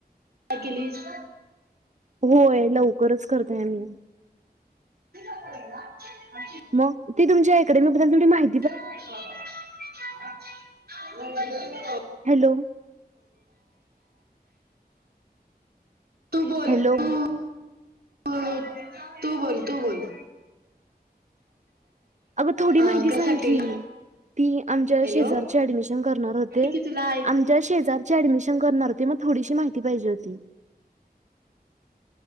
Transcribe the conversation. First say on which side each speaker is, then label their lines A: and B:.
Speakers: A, on the right (about 70°); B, on the right (about 45°).
A: काय केलीस?
B: होय लवकरच करतोय आम्ही.
A: <unintelligible>
B: म ती तुमच्या अकॅडमी बद्दल थोडी माहि
A: <unintelligible>
B: हॅलो.
A: तू बोल
B: हॅलो.
A: तू <unintelligible> तू बोल तू बोल.
B: अगं थोडी
A: अ
B: माहिती
A: कशासाठी
B: सांग की. ती आमच्या
A: हॅलो
B: शेजारचे ऍडमिशन करणार होते
A: की तुला ऐक
B: आम च्या शेजारची ऍडमिशन करणार होती म थोडीशी माहिती पाहिजे होती.